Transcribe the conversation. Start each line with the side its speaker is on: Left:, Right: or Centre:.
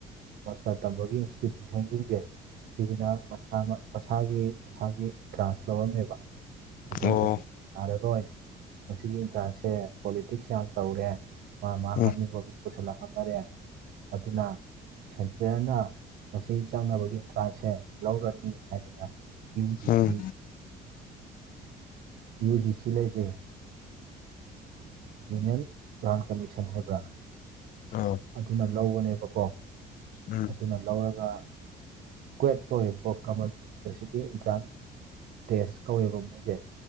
Right: ꯃꯥꯁꯇꯔ ꯇꯝꯕꯒꯤ ꯏꯟꯁꯇꯤꯇ꯭ꯌꯨꯁꯟꯁꯤꯡꯖꯦ ꯁꯤꯖꯤꯅ ꯃꯁꯥ ꯃꯁꯥꯒꯤ ꯃꯁꯥꯒꯤ ꯇ꯭ꯔꯥꯟꯁ ꯂꯧꯔꯝꯃꯦꯕ ꯑꯗꯣ
Left: ꯑꯣ
Right: ꯍꯧꯖꯤꯛ ꯌꯥꯔꯔꯣꯏ ꯃꯁꯤꯒꯤ ꯏꯟꯇ꯭ꯔꯥꯟꯁꯁꯦ ꯄꯣꯂꯤꯇꯤꯛꯁ ꯌꯥꯝ ꯇꯧꯔꯦ ꯃꯥ ꯃꯥ
Left: ꯎꯝ
Right: ꯍꯥꯞꯅꯤꯡꯕ ꯄꯨꯁꯜꯂꯒ ꯍꯥꯞꯅꯔꯦ ꯑꯗꯨꯅ ꯁꯦꯟꯇꯔꯅ ꯃꯁꯤ ꯆꯪꯅꯕꯒꯤ ꯏꯟꯇ꯭ꯔꯥꯟꯁꯁꯦ ꯂꯧꯔꯅꯤ ꯍꯥꯏꯗꯅ ꯌꯨꯖꯤꯁꯤ
Left: ꯎꯝ
Right: ꯌꯨ ꯖꯤ ꯁꯤ ꯂꯩꯖꯩ ꯌꯨꯅꯤꯌꯟ ꯄꯂꯥꯟ ꯀꯃꯤꯁꯟ ꯍꯥꯏꯕ꯭ꯔꯥꯟ
Left: ꯑꯣ
Right: ꯑꯗꯨꯅ ꯂꯧꯕꯅꯦꯕꯀꯣ
Left: ꯎꯝ
Right: ꯑꯗꯨꯅ ꯂꯧꯔꯒ ꯀꯨꯋꯦꯠ ꯀꯧꯌꯦꯕꯀꯣ ꯀꯃꯜ ꯌꯨꯅꯤꯚꯔꯁꯤꯇꯤ ꯏꯟꯇ꯭ꯔꯥꯟ ꯇꯦꯁ ꯀꯧꯋꯦꯕ ꯃꯣꯏꯖꯦ